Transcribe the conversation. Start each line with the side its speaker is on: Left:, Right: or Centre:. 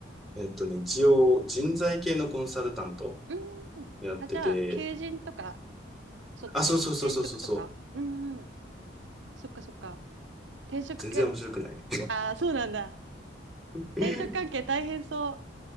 Centre: えっとね、一応、人材系のコンサルタント
Right: うーん。
Centre: やってて。
Right: あ、じゃあ、求人とか、そっち系転職とかうんうん。
Centre: あ、そうそうそうそうそうそう。
Right: そっかそっか。転職系、
Centre: 全然面白くない。
Right: ああ、そうなんだ。
Centre: <laughs>
Right: 転職関係大変そ